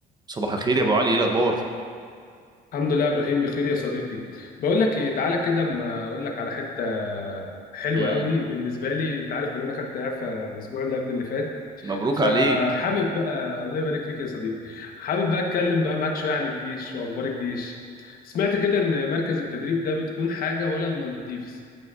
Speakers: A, on the right (about 25°); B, on the left (about 60°).
A: صباح الخير يا ابو علي ايه الاخبار
B: الحمد لله يا ابراهيم بخير يا صديقي بقول لك ايه تعالى كده اما اقول لك على حته حلوه
A: امم
B: قوي بالنسبه لي انت عارف ان انا خدت اعفاء الاسبوع اللي قبل اللي فات
A: مبروك
B: فحابب
A: عليك
B: بقى <laughs> الله يبارك فيك يا صديقي حابب بقى اتكلم بقى معاك شويه عن الجيش واخبار الجيش سمعت كده ان مركز التدريب ده بتكون حاجه ولا المالديفز